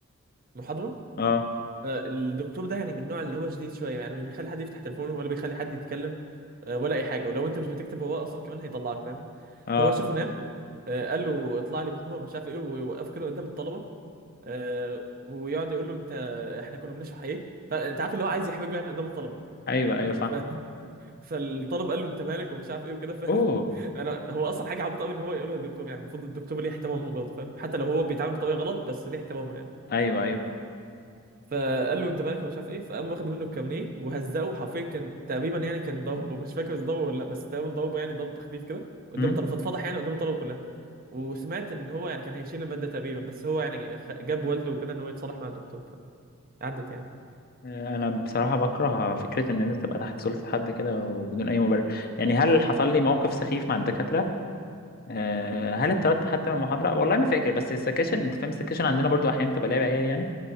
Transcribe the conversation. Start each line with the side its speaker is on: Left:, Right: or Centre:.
Right: المحاضره
Left: اه
Right: آه، الدكتور ده يعني من النوع اللي هو شديد شويه يعني مش بيخلي حد يفتح تليفونه ولا بيخلي حد يتكلم آه، ولا اي حاجه ولو انت مش بتكتب وراه اصلا كمان هيطلعك فاهمني
Left: اه
Right: فهو شافه نام آه، قال له اطلع لي <laughs> بابا مش عارف ايه ويوقفه كده قدام الطلبه آه، ويقعد يقول له انت احنا كنا بنشرح ايه فانت عارف اللي هو عايز يحرجه يعني قدام الطلبه
Left: ايوه ايوه فاهم
Right: ف... <laughs> فالطالب قال له انت مالك ومش عارف ايه وكده ف...
Left: اوه
Right: انا هو اصلا حاجه عبيطه قوي ان هو يقولها للدكتور يعني المفروض الدكتور ليه احترامه برضه فاهم حتى لو هو بيتعامل بطريقه غلط بس ليه احترامه يعني
Left: ايوه ايوه
Right: فقال له انت مالك ومش عارف ايه فقام واخد منه الكامنيه وهزقه حرفيا كان تقريبا يعني كان ضربه مش فاكر اذا ضربه ولا لا بس تقريبا ضربه يعني ضرب خفيف كده قدام
Left: امم
Right: الطلبه فاتفضح يعني قدام الطلبه كلها وسمعت ان هو يعني كان هيشيل الماده تقريبا بس هو يعني خ- جاب والده وكده ان هو يتصالح مع الدكتور عدت يعني
Left: انا بصراحه بكره فكره ان انت تبقى تحت سلطه حد كده وبدون اي مبرر يعني هل حصل لي موقف سخيف مع الدكاتره آه هل اتطردت حتى من المحاضره والله ما فاكر بس السكاشن انت فاهم السكاشن عندنا برضو احيانا بتبقى لعب عيال يعني